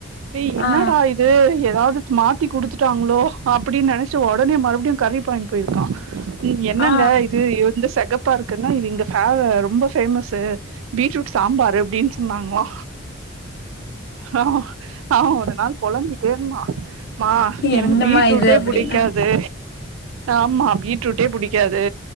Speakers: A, on the right; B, on the left.
A: ஏ என்னடா
B: ஆ
A: இது எதாவது மாத்தி குடுத்துட்டாங்ளோ அப்டின்னு நினைச்சுட்டு ஒடனே மறுபடியு கறி பாயின்ட்டு போயிருக்கான் ம் என்னங்க
B: ஆ
A: இது இது வந்து செகப்பா இருக்குன்னா இது இங்க ஃப ரொம்ப ஃபேமஸ்சு பீட்ரூட் சாம்பார் அப்டின்னு சொன்னாங்ளா ஆ ஆ ஒரு நாள் புழம்பிட்டே இருந்தான் மா எனக்கு
B: என்னமா
A: பீட்ரூட்டே
B: இது அப்டின்னா
A: புடிக்காது ஆமா பீட்ரூட்டே புடிக்காது